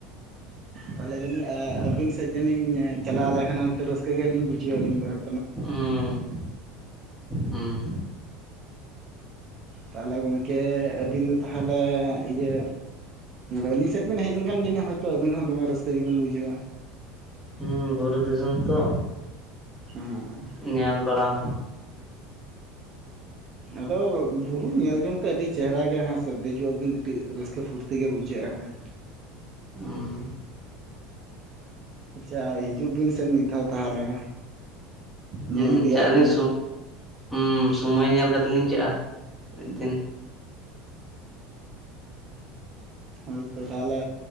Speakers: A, on the right; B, in the centre.
A: ᱛᱟᱦᱞᱮ ᱡᱟᱹᱱᱤᱡ, ᱟᱹᱵᱤᱱ ᱥᱮᱫ ᱡᱟᱹᱱᱤᱧ ᱪᱟᱞᱟᱣ ᱞᱮᱱᱠᱷᱟᱱ ᱦᱳᱭᱛᱳ, ᱨᱟᱹᱥᱠᱟᱹ ᱜᱮᱞᱤᱧ ᱵᱩᱡᱷᱟᱹᱣᱟ ᱟᱹᱞᱤᱧ ᱫᱚ ᱦᱳᱭ
B: ᱦᱩᱸ ᱦᱩᱸ
A: ᱛᱟᱦᱚᱞᱮ ᱜᱚᱢᱠᱮ, ᱟᱹᱵᱤᱱ ᱫᱚ ᱛᱟᱦᱚᱞᱮ ᱤᱭᱟᱹ ᱟᱹᱞᱤᱧ ᱥᱮᱫ ᱵᱮᱱ ᱦᱮᱡ ᱞᱮᱱᱠᱷᱟᱱ ᱡᱟᱹᱱᱤᱡ ᱦᱳᱭᱛᱳ, ᱟᱵᱤᱱ ᱦᱚᱸ ᱫᱚᱢᱮ ᱨᱟᱹᱥᱠᱟᱹ ᱜᱮᱵᱤᱱ ᱵᱩᱡᱷᱟᱹᱣᱟ᱾
B: ᱦᱩᱸ ᱵᱩᱨᱩ ᱫᱤᱥᱚᱢ ᱛᱚ᱾
A: ᱦᱩᱸ
B: ᱧᱮᱞ ᱵᱟᱲᱟ ᱦᱚᱸ
A: ᱟᱫᱚ ᱵᱩᱨᱩ ᱧᱮᱞ ᱡᱚᱝ ᱛᱮ ᱟᱹᱰᱤ ᱪᱮᱦᱟᱨᱟ ᱜᱮ ᱦᱮᱸᱥᱮ, ᱫᱮᱡᱚᱜ ᱟᱵᱤᱱ ᱠᱟᱹᱴᱤᱡ ᱨᱟᱹᱥᱠᱟᱹ ᱯᱷᱩᱨᱛᱤ ᱜᱮ ᱵᱩᱡᱟᱹᱜᱼᱟ᱾ <inaudible>
B: ᱦᱩᱸ
A: ᱟᱪᱪᱷᱟ ᱦᱤᱡᱩᱜ ᱵᱤᱱ ᱥᱮ ᱢᱤᱫ ᱫᱷᱟᱣ ᱛᱟᱦᱚᱞᱮ᱾
B: ᱦᱩᱸ
A: ᱧᱮᱞ ᱤᱫᱤᱭᱟᱜ
B: ᱪᱟᱜ ᱟᱹᱞᱤᱧ
A: ᱵᱤᱱ᱾
B: ᱥᱩ ᱦᱩᱸ ᱥᱚᱢᱚᱭ ᱧᱮᱞ ᱠᱟᱛᱮ ᱞᱤᱧ ᱪᱟᱜᱼᱟ, ᱢᱤᱫ ᱫᱤᱱ᱾
A: ᱦᱳᱭᱛᱚ, ᱛᱟᱦᱚᱞᱮ